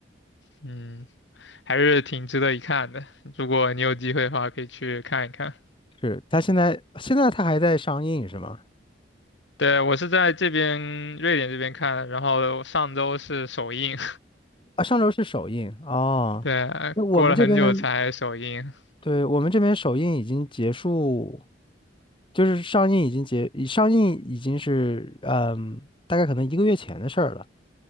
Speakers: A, on the left; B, on the left.
A: 嗯，还是挺值得一看的。如果你有机会的话，可以去看一看。
B: 是，他现在现在他还在上映是吗？
A: 对，我是在这边瑞典这边看的，然后上周是首映，
B: 啊，上周是首映哦。
A: <laughs> 对，
B: 那我们这边。
A: 过了很久才首映。
B: 对，我们这边首映已经结束，就是上映已经结，已上映已经是嗯，大概可能一个月前的事儿了。